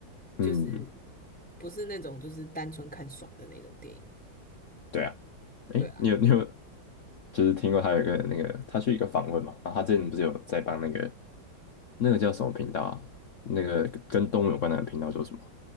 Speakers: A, on the left; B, in the centre.
A: 嗯，
B: 就是不是那种就是单纯看爽的那种电影。
A: 对啊，诶，
B: 对啊，
A: 你有你有
B: 对
A: 就是听过他有一个那个，他去一个访问嘛，然后他之前不是有在帮那个那个叫什么频道啊？那个跟动物有关的频道叫什么？